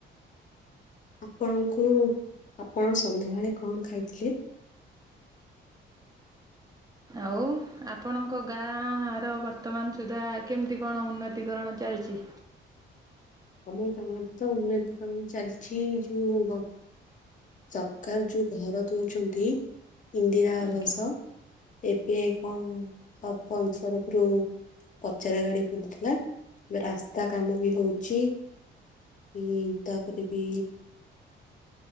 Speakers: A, on the left; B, on the right.
A: ଆପଣଙ୍କୁ ଆପଣ ସନ୍ଧ୍ୟାବେଳେ କଣ ଖାଇଥିଲେ?
B: ଆଉ ଆପଣଙ୍କ ଗାଁଆର ବର୍ତ୍ତମାନ ସୁଦ୍ଧା କେମିତି କଣ ଉନ୍ନତି କଣ ଚାଲିଚି?
A: କମେଇ <unintelligible> ତ ଉନ୍ନତି କରଣ ଚାଲିଛି, ଯୋଉ ସରକାର୍ ଯୋଉ ଘର ଦଉଛନ୍ତି ଇନ୍ଦିରା ଆବାସ
B: ଆଜ୍ଞା
A: ଏବେ କଣ ସରପଞ୍ଚ ତରଫରୁ ପଚରା ଗାଡି ବୁଲୁଥିଲା, ରାସ୍ତା କାମ ବି ହଉ ଛି ଉଁ ତାପରେ ବି